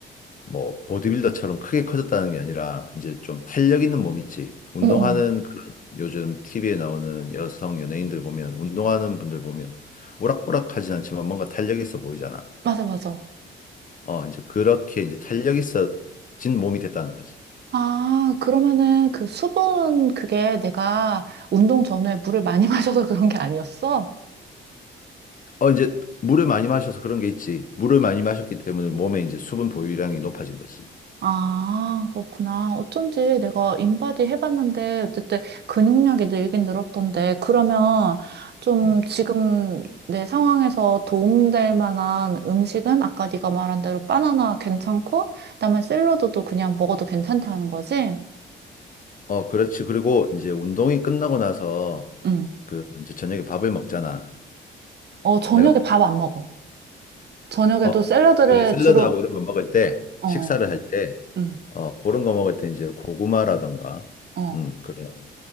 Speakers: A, on the left; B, on the right.
A: 뭐 보디빌더처럼 크게 커졌다는 게 아니라 이제 좀 탄력 있는 몸 있지. 운동하는
B: 어, 어.
A: 그런 요즘 TV에 나오는 여성 연예인들 보면 운동하는 분들 보면 우락부락하진 않지만 뭔가 탄력 있어 보이잖아.
B: 맞아, 맞아.
A: 어, 이제 그렇게 이제 탄력 있어진 몸이 됐다는 거지.
B: 아, 그러면은 그 수분, 그게 내가 운동 전후에 물을 많이 <laughs> 마셔서 그런 게 아니었어?
A: 어, 이제 물을 많이 마셔서 그런 게 있지. 물을 많이 마셨기 때문에 몸에 이제 수분 보유량이 높아진 거지.
B: 아, 그렇구나. 어쩐지 내가 인바디 해봤는데, 어쨌든 근육량이 늘긴 늘었던데, 그러면 좀
A: 음.
B: 지금 내 상황에서 도움될 만한 음식은 아까 네가 말한 대로 바나나 괜찮고, 그다음에 샐러드도 그냥 먹어도 괜찮다는 거지?
A: 어, 그렇지. 그리고 이제 운동이 끝나고 나서
B: 응.
A: 그 이제 저녁에 밥을 먹잖아.
B: 어, 저녁에
A: 내가
B: 밥 안 먹어. 저녁에도
A: 어,
B: 샐러드를
A: 왜 샐러드하고
B: 주로,
A: 이런 거 먹을 때,
B: 어,
A: 식사를 할 때,
B: 응,
A: 어, 그런 거 먹을 때 이제 고구마라던가,
B: 어,
A: 음, 그런